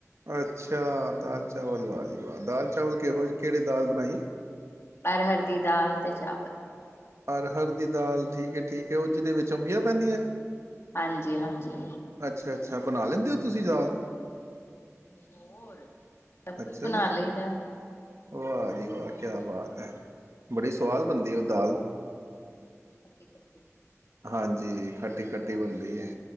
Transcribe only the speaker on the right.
ਅੱਛਾ ਦਾਲ ਚਾਵਲ ਵਾਲਾ ਜੀ ਦਾਲ ਚਾਵਲ ਕਿਹ ਜ ਕਿਹੜੀ ਦਾਲ ਬਣਾਈ।
ਅਰਹਰ ਦੀ ਦਾਲ ਠੀਕ ਹੈ ਠੀਕ ਹੈ, ਉਹ ਜਿਹਦੇ ਵਿੱਚ ਅੰਬੀਆਂ ਪੈਂਦੀਆਂ।
ਅੱਛਾ ਅੱਛਾ ਬਣਾ ਲੈਂਦੇ ਹੋ ਤੁਸੀਂ ਜਾਲ।
ਅੱਛਾ
ਜੀ
ਵਾਹ ਜੀ
ਵਾਹ
ਕਿਆ ਬਾਤ
ਹੈ। ਬੜੀ ਸਵਾਦ ਬਣਦੀ ਉਹ ਦਾਲ।
ਹਾਂਜੀ ਖੱਟੀ ਖੱ ਖੱਟੀ ਬਣਦੀ ਹੈ।